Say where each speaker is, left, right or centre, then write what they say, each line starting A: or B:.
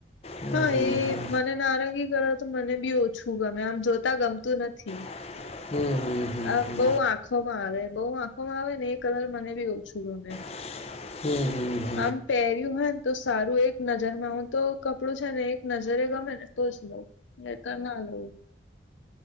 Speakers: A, on the left (about 35°); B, on the left (about 85°).
A: હમ
B: હા
A: હમ
B: એ
A: હમ
B: મને નારંગી કલર તો મને બી ઓછું ગમે આમ જોતા ગમતું નથી.
A: <inaudible> હમ
B: આ
A: હમ
B: બો આંખો માં આવે. બો આંખોમાં આવે ને એ કલર મને બી ઓછું ગમે.
A: <inaudible> હમમ હમમ.
B: આમ પહેર્યું હોય ને તો સારું એક નજર માં હું તો કપ કપડું છે ને એક નજરે ગમે ને તો જ લઉં ની તો નય લઉ.